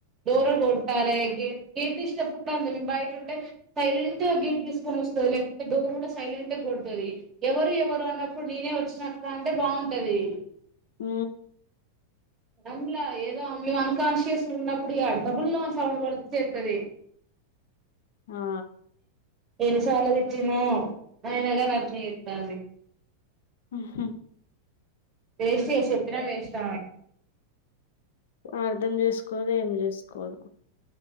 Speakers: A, on the right; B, on the left.
A: దూరం కొట్టాలి గర్తి ఇష్టప్పుంది మ బయట ఉంటే సైలెంట్గా గేట్ తీసుకొని వస్తుంది లేకపోతే డోర్ కూడా సైలెంట్ కొడుతుంది ఎవరు ఎవరు అన్నప్పుడు నేనే వచ్చినట్ అంటే బాగుంటది
B: ఆ
A: అమ్లా ఏదో మేము అన్కాన్షియస్ ఉన్నప్పుడు ఈ అడబల్లో సౌండ్ పడిచతుంది
B: ఆ
A: ఏను సార్లది నను అయనగాని అభినయిస్తాండి
B: ఆహ
A: వేస్ట్ చెప్పిన వేస్ట్
B: అర్ధం చేసుకోదు ఏం చేసుకోదు